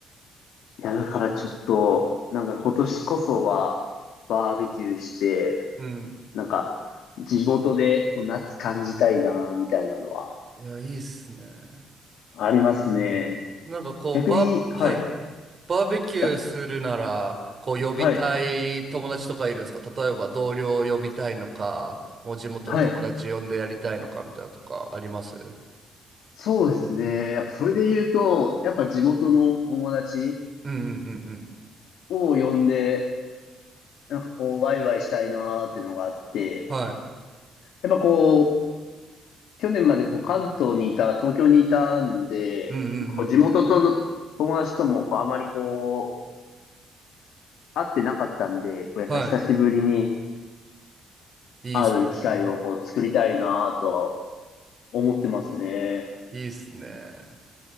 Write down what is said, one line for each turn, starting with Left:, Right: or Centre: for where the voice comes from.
Left: いや、だからちょっと、なんか今年こそは、バーベキューして、
Right: うん。
Left: なんか、地元でこう夏感じたいな、みたいなのは、
Right: いや、いいっすね。
Left: ありますね。
Right: なんかこう、
Left: 逆に、
Right: バー、
Left: はい、
Right: はい。バーベキューするなら、
Left: あ、
Right: こう、呼びたい友達とかいるんですか例えば同僚を呼びたいのか、
Left: はい、
Right: もう地元の友達呼んでやりたいのかみたいなのとかあります
Left: はい。そうですね。やっぱそれで言うと、やっぱ地元の友達
Right: うんうんうんうん。
Left: を呼んで、なんかこう、ワイワイしたいなーってのがあって、
Right: はい。
Left: やっぱこう、去年までこう関東にいた、東京にいたんで、
Right: うんうんうんうん。
Left: やっぱこう地元との友達ともこうあまりこう、会ってなかったんで、こうやっぱ久しぶりに
Right: はい。
Left: 会う機会をこう作りたいなぁと
Right: いいっすね。
Left: 思ってますね。
Right: いいっすね。